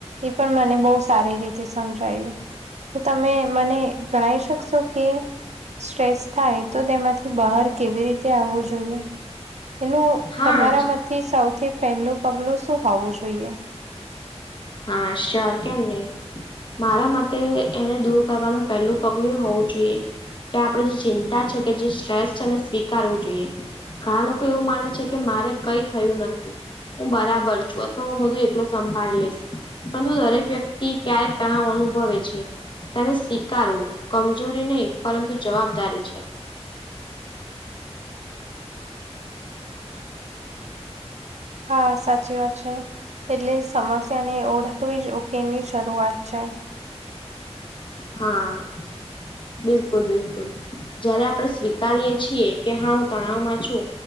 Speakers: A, on the right; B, on the left.
A: એ પણ મને બહુ સારી રીતે સમજાયું તો, તમે મને જણાઈ શકશો કે સ્ટ્રેસ થાય, તો તેમાંથી બહાર કેવી રીતે આવવું જોઈએ. એનું
B: હા
A: તમારામાંથી સૌથી પહેલું પગલું શું હોવું જોઈએ?
B: હા, શ્યોર કેમ નહીં. મારા મતે એને દૂર કરવાનું પહેલું પગલું એ હોવું જોઈએ. કે આપણે જે ચિંતા છે કે, જે સ્ટ્રેસ છે, એને સ્વીકારવું જોઈએ. ઘણા લોકો એવું માને છે કે, મારે કઈ થયું નથી. હું બરાબર છું, અથવા હું બધું એકલો સંભાળી લઈશ. પરંતુ દરેક વ્યક્તિ ક્યારેક તણાવ અનુભવે છે. તેને સ્વીકારવું કમજોરી નહી, પરંતુ જવાબદારી છે.
A: હા, સાચી વાત છે. એટલે સમસ્યા ને ઓળખવી જ ઉકેલ ની શરૂઆત છે.
B: હા. બિલકુલ, બિલકુલ, જયારે આપણે સ્વીકારીય છીએ કે, હા, હું તણાવમાં છું.